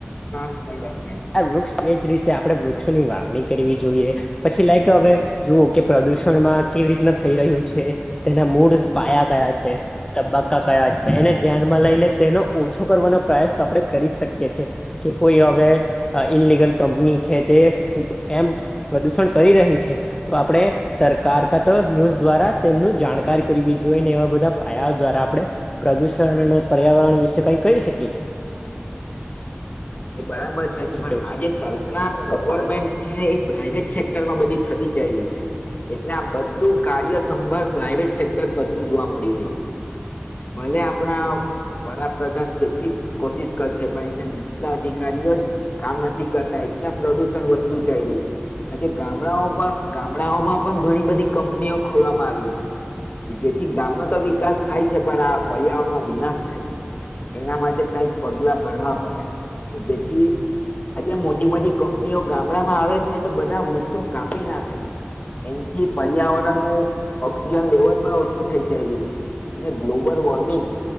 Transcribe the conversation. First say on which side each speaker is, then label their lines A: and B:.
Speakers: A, on the left (about 40°); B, on the left (about 20°).
A: ના સમય. દરમિયાન
B: આ વૃક્ષ એજ રીતે આપડે વૃક્ષ. ની વાવણી કરવી જોઈએ પછી લાયક હવે જુઓ કે પ્રદુષણમાં કેવી રીતના થઈ રહ્યું છે તેના મૂળ પાયા કયા છે તબક્કા કયા છે એને ધ્યાનમાં લઈને તેનો ઓછો કરવાનો પ્રયાસ તો આપણે કરી જ શકીએ છ છે કે કોઈ હવે. ઇનલિગલ કંપની છે તે એમ પ્રદુષણ કરી રહી છે તો આપણે સરકાર ક તો ન્યૂઝ દ્વારા તેમનું જાણકાર કરવી જોઈએ ને એવા બધા પાયા દ્વારા આપણે પ્રદુષણ અને પર્યાવરણ વિશે કઈ કરી શકીએ છ છેએ.
A: એ બરાબર. પણ
B: કેવું
A: આજે
B: છે
A: સરકાર ગવર્મેન્ટ છે એ. પ્રાઈવેટ સેક્ટર માં બધી થતી ચાયલી છે એટલે આ બધું કાર્ય સંભળ પ્રાઈવેટ સેક્ટર કરતું જોવા મળી રહ્યું છે ભલે આપણા વડાપ્રધાન કેટલી કોશિશ કરશે પણ એને. એટલા અધિકારીઓ જ કામ નથી કરતા એટલા પ્રદુષણ વધતું ચાલલું છે આજે ગામડાઓ પણ ગામડાઓમાં પણ ઘણી બધી કંપનીઓ ખોલવામાં આવી છે જેથી ગામનો તો વિકાસ થાય છે પણ આ પર્યાવરણનો વિનાશ થાય છે એના માટે કઈક પગલા ભરવા પડે. જેથી આજે મોટી મોટી કંપનીઓ ગામડામાં આવે છે તો બધા વૃક્ષો કાપી નાખે છે એથી પર્યાવરણનું ઓક્સિજન લેવલ પણ ઓછું થઈ ચાયલું છે અને ગ્લોબલ વોર્મિંગ